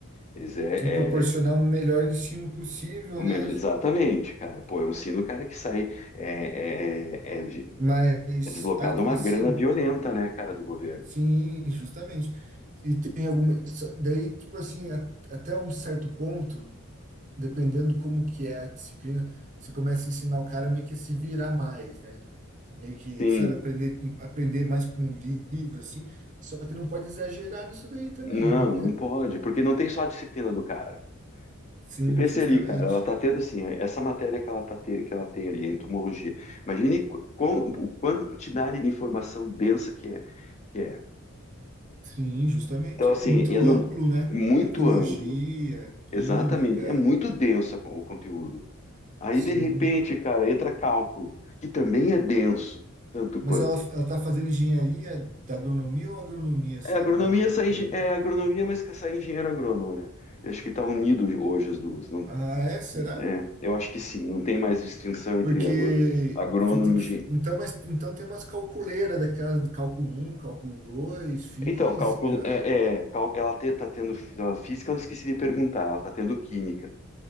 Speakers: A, on the left; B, on the right.
A: Eles é,
B: tem que proporcionar
A: é-
B: o melhor ensino possível,
A: O melhor,
B: né?
A: exatamente, cara. Pô, é um sino, cara, que sai. É, é, é, é de-
B: Mas,
A: é deslocado
B: a-
A: uma
B: assim,
A: grana violenta, né, cara, do governo.
B: sim, justamente. E tem algumas. Daí, tipo assim, a- até um certo ponto, dependendo como que é a disciplina, você começa a ensinar o cara meio que a se virar mais, né? Meio que,
A: Sim,
B: sabe, aprender, aprender mais com o livro, assim. Só que não pode exagerar nisso daí também,
A: não,
B: né?
A: não pode, porque não tem só a disciplina do cara.
B: Sim,
A: Você pensa
B: justamente.
A: ali, cara, ela tá tendo assim, é, essa matéria que ela tá te- que ela tem ali, entomologia. Imagine qu- quão, o quantidade de informação densa que é, que é.
B: Sim, justamente,
A: Então, assim,
B: né? Muito
A: eu não-
B: amplo, né?
A: é muito
B: Ecologia,
A: amplo.
B: química,
A: Exatamente, é muito denso o conteúdo. Aí,
B: Sim.
A: de repente, cara, entra cálculo, que também é denso, tanto quanto.
B: Mas ela, ela tá fazendo engenharia da agronomia ou agronomia só?
A: É agronomia,
B: Agronomia.
A: sai,
B: Agro-
A: engen- é agronomia, mas que sai engenheiro agrônomo, né? Eu acho que está unido hoje as duas. Não,
B: Ah, é? Será?
A: é, eu acho que sim, não tem mais distinção entre
B: Porque
A: agro, agrônomo
B: fi- tem
A: e
B: que,
A: engenheiro.
B: então, mas, então tem umas calculeiras daquelas, cálculo um cálculo dois física.
A: Então, cálculo, é, é, cal- ela está tendo fí- a física, eu esqueci de perguntar, ela está tendo química,